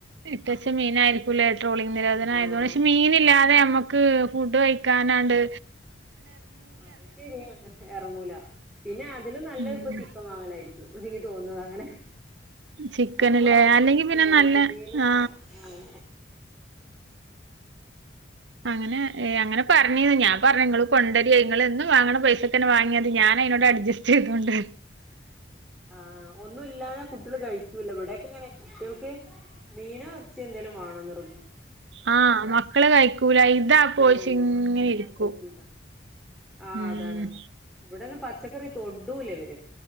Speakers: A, on the right; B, in the centre.
A: ഇട്ടച്ച മീനായിരിക്കൂലേ ട്രോളിംഗ് നിരോധന ആയത്
B: ആഹ്
A: കൊണ്ട്. പക്ഷെ മീനില്ലാതെ
B: അതെ
A: നമ്മുക്ക് ഫുഡ് കഴ കഴിക്കാനായിട്ട്
B: ആ അത് ശരിയാണ് എറങ്ങൂല പിന്നെ അതിലും നല്ലത്
A: ഉം
B: ഇപ്പ ചിക്കൻ വാങ്ങലായിരിക്കും. ഒരിത്‌ തോന്നത് അങ്ങനെ.
A: ചിക്കനില്ലേ
B: ഒന്നും കൂടെ നല്ല
A: അല്ലെങ്കി
B: ചിക്കനായിരിക്കും
A: പിന്നെ നല്ല
B: മീന്
A: ആ
B: ആഹ്
A: അങ്ങനെ ഏ അങ്ങനെ പറഞ്ഞത് ഞാൻ പറഞ്ഞ നിങ്ങള് കൊണ്ടരിയ, നിങ്ങളു എന്നു വാങ്ങണം പൈസൊക്കെന്നെ വാങ്ങിയത് ഞാ അതിനോട് അടു ജസ്റ്റ് ഇപ്പോണ്ട്.
B: ആ ഒന്നുംല്ലാതെ കുട്ടികള് കഴിക്കൂല ഇവിടെക്കെ ഇങ്ങനെ കുട്ടികൾക്ക് മീനോ ഇറച്ചിയോ എന്തേലും വേണം നിർ
A: ആ മ കള് കഴി സ്കൂല ഇതാ
B: ചിക്കന്
A: പോശ
B: ഒന്നും
A: ഇങ്ങനെ
B: വേണ്ട
A: ഇരിക്കൂ
B: ആഹ് കഴിക്കൂല ആഹ്
A: ഉം
B: അതാണ് ഇവിടൊന്നും പച്ചക്കറി തൊടൂല ഇവര്.